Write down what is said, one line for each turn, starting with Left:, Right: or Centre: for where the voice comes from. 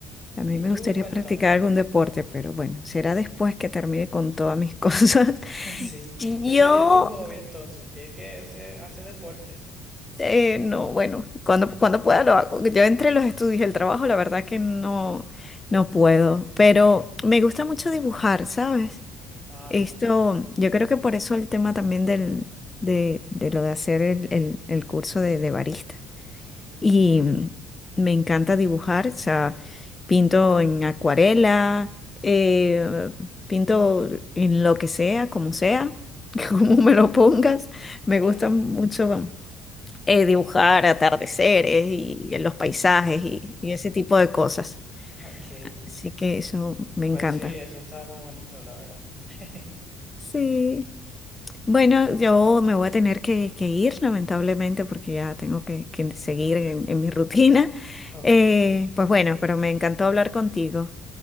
Left: A mí
Centre: Y
Left: me
Centre: tú,
Left: gustaría
Centre: cuéntame,
Left: practicar algún deporte, pero bueno, será después que termine con todas mis <laughs> cosas.
Centre: <laughs> sí,
Left: Yo
Centre: ¿qué sería tu hobby entonces? Tienes que hacer, hacer deporte.
Left: Eh, no, bueno, cuando, cuando
Centre: <laughs>
Left: pueda lo hago. Yo entre los estudios y el trabajo, la verdad que no, no puedo, pero me gusta mucho dibujar, ¿sabes?
Centre: Ah,
Left: Esto,
Centre: bien,
Left: yo creo que por eso el tema también del, de, de lo de hacer el, el- el curso de, de barista. Y mm, me encanta dibujar, o sea, pinto en acuarela, eh, pinto en lo que sea, como sea, <laughs> como me lo pongas. Me
Centre: claro,
Left: gusta mucho eh, dibujar atardeceres y los paisajes y, y ese tipo de cosas.
Centre: ok.
Left: Así que eso me
Centre: Pues
Left: encanta.
Centre: sí, eso estaba muy bonito, la verdad. <laughs>
Left: Sí. Bueno, yo me voy a tener que, que ir, lamentablemente, porque ya tengo que, que seguir en, en mi rutina.
Centre: Ok.
Left: Eh, pues bueno, pero me encantó hablar contigo.